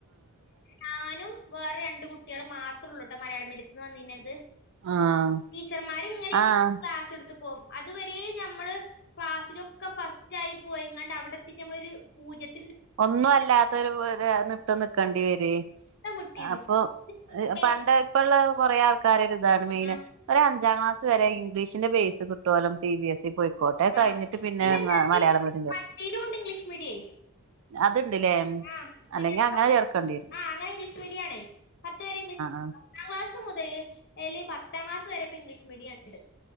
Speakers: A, on the left (about 50°); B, on the right (about 60°).
A: ഞാനും വേറെ രണ്ട് കുട്യേളും മാത്രൊള്ളൂട്ടോ മലയാളം മീഡിയത്ത്ന്ന് വന്നീന്നത്.
B: ആഹ്
A: ടീച്ചർമാര്ങ്ങനെ <inaudible>
B: ആഹ്
A: ക്ലാസ്ട്ത്ത് പോകും. അതുവരെ നമ്മള് ക്ലാസ്സിലൊക്കെ ഫസ്റ്റായി പോയിങ്ങാണ്ട് അവിടെത്തീട്ട് നമ്മളൊരു പൂജൃ
B: ഒന്നും അല്ലാത്ത ഒര് ഒര് നൃത്തം നി ക്കണ്ടി വരയ്
A: വിട്ടിരുന്നു.
B: അപ്പൊ
A: ഇത് മെ
B: പണ്ട് ഇപ്പള്ള കൊറേ ആൾക്കാര് <inaudible> <inaudible> താണ് മെയിന്,
A: ആ
B: ഒരഅഞ്ചാ ക്ലാസ് വരെ ഇംഗ്ലീഷിന്റെ ബേ കുട്ടോലം സി ബി എസ് ഇ പോയിക്കോട്ടെ.
A: ആ
B: കഴിഞ്ഞിട്ട് പിന്നെ
A: പിന്നെന്താ
B: മലയാളം മീഡിയം ചേർക്ക
A: മറ്റേലും ഉണ്ട് ഇംഗ്ലീഷ് മീഡിയേ.
B: അത്ണ്ടിലേ
A: ആ പിന്നെ
B: അല്ലെങ്ങി അങ്ങനെ ചേർക്കേണ്ടിരു
A: ആ അങ്ങനെ ഇംഗ്ളീഷ് മീഡിയാണെ പത്ത് വരെ ഇഗ്ളി
B: ആഹ്
A: ക്ലാസ്സ്‌ മുതല് അല് പത്താം ക്ലാസ് വരെ പ്പ ഇംഗ്ലീഷ് മീഡിയണ്ട്.